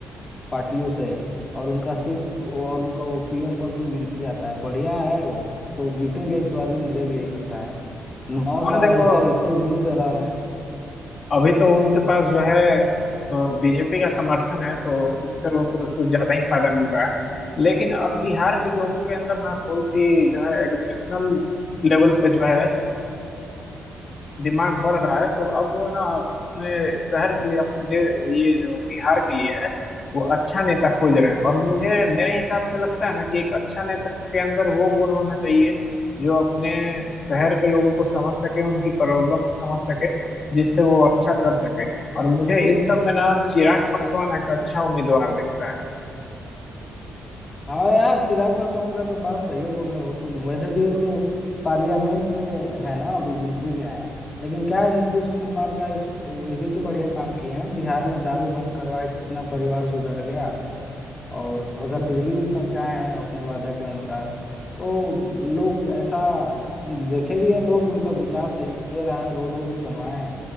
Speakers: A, on the left (about 25°); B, on the left (about 45°).
A: पार्टियों से और उनका सीट और उनका वो पीएम पद भी मिल भी जाता है बढ़िया है वो तो जीतेंगे इस बार भी मुझे भी यही लगता है नौ साल
B: हाँ देखो
A: ऐसा इतने दिनों से रह रहे हैं
B: अभी तो उनके पास जो है बीजेपी का समर्थन है तो उससे उनको कुछ ज्यादा ही फायदा मिल रहा है लेकिन अब बिहार के लोगों के अंदर ना थोड़ी सी जो है एडुकेशनल लेवल पे जो है डिमांड बढ़ रहा है तो अब वो ना अपने शहर के लिए अपने दे ये जो बिहार के लिए है वो अच्छा नेता खोज रहे हैं और मुझे मेरे हिसाब से लगता है ना कि एक अच्छा नेता के अंदर वो गुण होना चाहिए जो अपने शहर के लोगों को समझ सके उनकी प्रॉब्लम को समझ सके जिससे वो अच्छा कर सके और मुझे इन सब में ना चिराग पासवान एक अच्छा उम्मीदवार दिखता है
A: हाँ यार चिराग पासवान का तो बात सही है बोले हो तुम वैसे भी वो तो पार्लियामेंट में है ना अभी जीत भी गया है लेकिन क्या है, नीतीश कुमार का इस ये भी तो बढ़िया काम किए हैं बिहार में दारू बंद करवाया कितना परिवार सुधर गया और हर घर बिजली भी पहुंचाए हैं अपने वादा के अनुसार तो लोग ऐसा देखे भी हैं लोग उनका विकास सही है रहा है रोड वोड भी बनवाए हैं